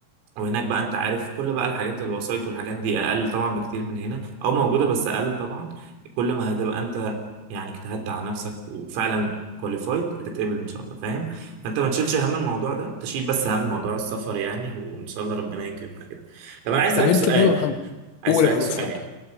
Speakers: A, on the right (about 80°); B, on the left (about 80°).
A: وهناك بقى انت عارف كل بقى الحاجات الوسايط والحاجات دي اقل طبعا بكتير من هنا او موجوده بس اقل طبعا كل ما هتبقى انت يعني اجتهدت على نفسك وفعلا كواليفايد هتتقبل ان شاء الله فاهم فانت ما تشيلش هم الموضوع ده تشيل بس هم موضوع السفر يعني وان شاء الله ربنا يكرمنا كده طب انا عايز اسالك
B: طب انت
A: سؤال
B: لا يا محمد
A: عايز
B: قول
A: اسالك
B: يا محمد
A: سؤال
B: اتفضل